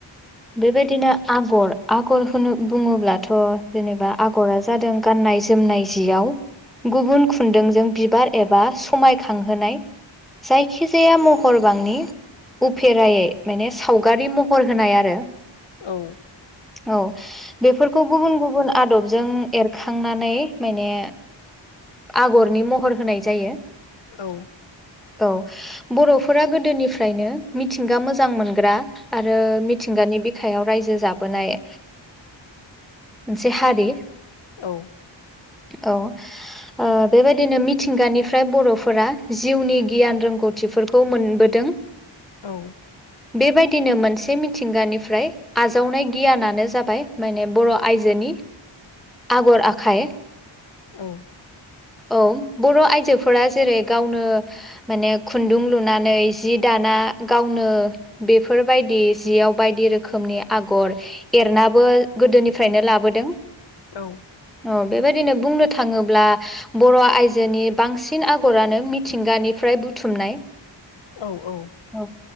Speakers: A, in the centre; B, on the left (about 70°).
A: बेबायदिनो आगर आगर होनो बुङोब्लाथ' जेनेबा आगरा जो जादों गाननाय जोमनाय जियाव गुबुन खुन्दुंजों बिबार एबा समायखांहोनाय जायखिजाया महरबांनि उफेरायै माने सावगारि महर होनाय आरो।
B: औ
A: औ बेफोरखौ गुबुन गुबुन आदबजों एरखांनानै माने आगरनि महर होनाय जायो।
B: औ
A: औ बर'फोरा गोदोनिफ्रायनो मिथिंगा मोजां मोनग्रा आरो मिथिंगानि बिखायाव रायजो जाबोनाय मोनसे हारि
B: औ
A: औ। ओ बेबायदिनो मिथिंगानिफ्राय बर'फोरा जिउनि गियान रोंगौथिफोरखौ मोनबोदों। <inaudible>
B: औ।
A: बेबायदिनो मोनसे मिथिंगानिफ्राय आजावनाय गियानानो जाबाय माने बर' आइजोनि आगर आखाइ।
B: औ।
A: औ बर' आइजोफोरा जेरै गावनो माने खुन्दुं लुनानै जि दाना गावनो बेफोरबायदि जियाव बायदि रोखोमनि आगर एरनाबो गोदोनिफ्रायनो लाबोदों।
B: औ।
A: औ बेबायदिनो बुंनो थाङोब्ला बर' आयजोनि बांसिन आगरानो मिथिंगानिफ्राय बुथुमनाय।
B: औ औ।
A: औ